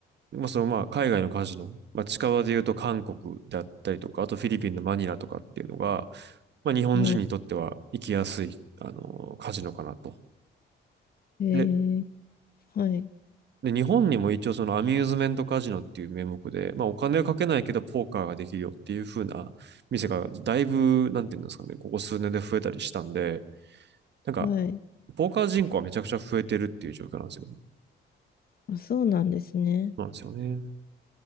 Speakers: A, on the right; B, on the left.
A: まあ、そのまあ、海外のカジノ、まあ、近場で言うと韓国だったりとか、あとフィリピンのマニラとかっていうのが、まあ、日本人にとっては行きやすい、
B: は
A: あの、カジノかなと
B: い。え
A: で、
B: ー、はい。
A: で、日本にも一応そのアミューズメントカジノっていう名目で、まあお金はかけないけどポーカーができるよっていう風な店がだいぶ、なんていうんですかね、ここ数年で増えたりしたんで、なんか、
B: はい。
A: ポーカー人口はめちゃくちゃ増えてるっていう状況なんですよ。そ
B: あ、そうなんですね。
A: うなんですよね。